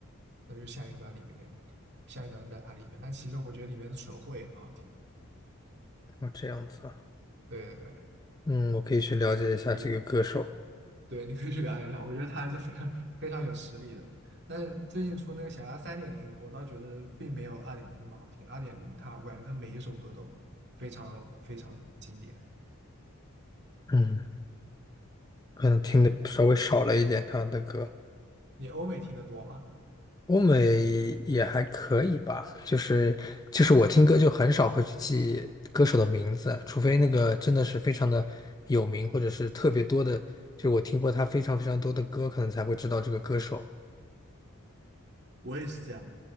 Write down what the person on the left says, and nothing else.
<laughs> 哦，这样子啊。
嗯，我可以去了解一下这个歌手。
嗯。可能听的稍微少了一点他的歌。
欧美也还可以吧，就是就是我听歌就很少会去记歌手的名字，除非那个真的是非常的有名，或者是特别多的，就是我听过他非常非常多的歌，可能才会知道这个歌手。